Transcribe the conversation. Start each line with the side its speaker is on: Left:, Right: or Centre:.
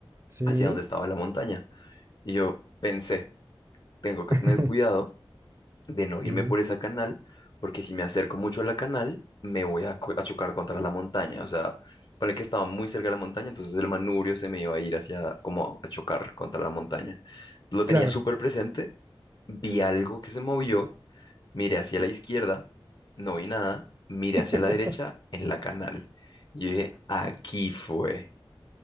Right: sí,
Left: hacia donde estaba la montaña. Y yo pensé, tengo
Right: <laughs>
Left: que tener cuidado de no
Right: sí,
Left: irme por esa canal, porque si me acerco mucho a la canal, me voy a, co- a chocar contra la montaña. O sea, para el que estaba muy cerca de la montaña, entonces el manubrio se me iba a ir hacia, como a chocar contra la montaña. Lo
Right: claro.
Left: tenía súper presente, vi algo que se movió, miré hacia la izquierda, no vi nada, miré
Right: <laughs>
Left: hacia la derecha en la canal. Yo dije, aquí fue.